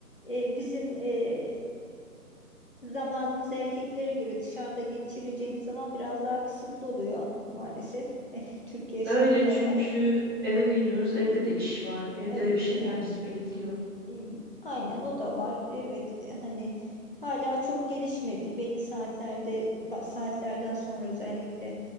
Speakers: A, on the left; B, on the right.
A: E, bizim e, zamanımız erkeklere göre dışarıda geçireceğimiz zaman biraz daha kısıtlı oluyor maalesef <laughs> Türkiye
B: Öyle
A: şartları.
B: çünkü eve geliyoruz, evde de iş var, evde
A: E,
B: de bir şeyler bizi bekliyor.
A: E, Aynen o da var. Evet e, hani hala çok gelişmedi. Belli saatlerde ba- saatlerden sonra özellikle